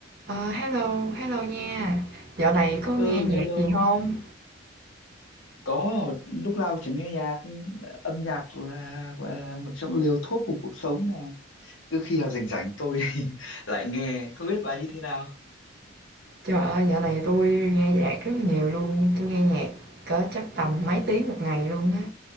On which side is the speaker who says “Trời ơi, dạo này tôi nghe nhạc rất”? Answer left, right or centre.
Right